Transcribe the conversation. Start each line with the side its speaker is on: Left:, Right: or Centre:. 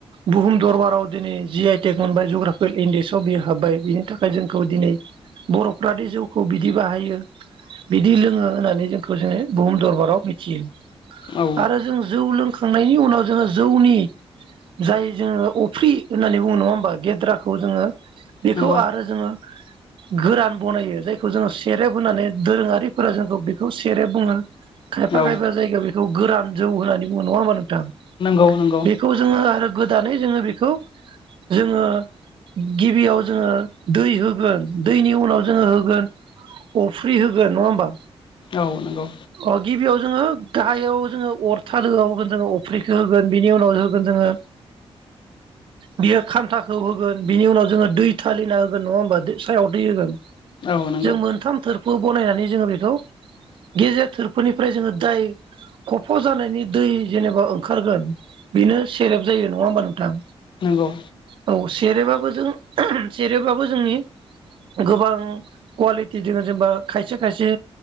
Right: बुहुम दरबाराव दिनै जि आइ टेक मोनबाय जग्राफिकेल इन्डेक्सआव बियो हाब्बाय बिनि थाखाय जोंखौ दिनै बर'फ्रादि जौखौ बिदि बाहायो बिदि लोङो होननानै जोंखौ बुहुम दरबाराव मिथियो।
Left: औ
Right: आरो जों जौ लोंखां <unintelligible> उनाव जोङो जौनि जाय जोङो अफ्रि होननानै बुङो नङा होमबा गेद्राखौ जोङो बेखौ
Left: नंगौ
Right: आरो जोङो गोरान बनायो जायखौ जोङो सेरेब होनानै दोरोङारिफोरा जोंखौ बेखौ सेरेब बुङो खायफा
Left: औ
Right: खायफा जायगा बे <unintelligible> गोरान जौ होननानै बुङो नङा ओमबा नोंथां
Left: नंगौ नंगौ
Right: बेखौ जोङो आरो दानै जोङो बेखौ जोङो गिबियाव जोङो दै होगोन दैनि उनाव जोङो होगोन अफ्रि होगोन नङा होमबा
Left: औ नंगौ
Right: अ गिबियाव जोङो गाहायाव जोङो अरथालोआव होगोन जों अफ्रै <unintelligible> होगोन बिनि उनाव होगोन जोङो बियो खान्थाखौ होगोन बिनि उनाव जोङो दै थालिना होगोन नङा होमबा सायाव दै होगोन
Left: औ नंगौ
Right: जों मोनथाम थोर <unintelligible> बनायनानै जोङो बेखौ गेजेर थोरफोनिफ्राय जोङो दाय खफ' जानायनि दै जेनेबा ओंखारगोन बेनो सेरेब जायो नङा होमबा नोंथां
Left: नंगौ
Right: औ सेरेबाबो जों सेरेबाबो जोंनि गोबां कुवालिटि दङ जेनबा खायसे खायसे